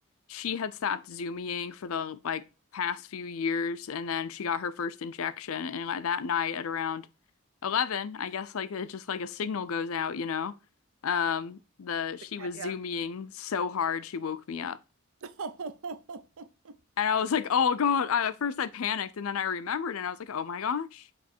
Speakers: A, on the left; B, on the right.
A: she had stopped Zumying for the like past few years and then she got her first injection and like that night at around 11, I guess like it just like a signal goes out, you know. Um the she
B: The cat,
A: was
B: yeah.
A: Zumying so hard she woke me up.
B: <laughs>
A: And I was like, "Oh God." I, at first I panicked and then I remembered and I was like, "Oh my gosh."